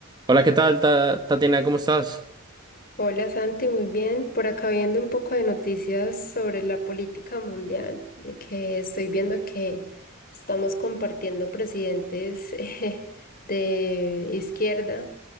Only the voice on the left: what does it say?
Hola Santi, muy bien. Por acá viendo un poco de noticias sobre la política mundial, de que estoy viendo que estamos compartiendo presidentes <laughs> eh, de izquierda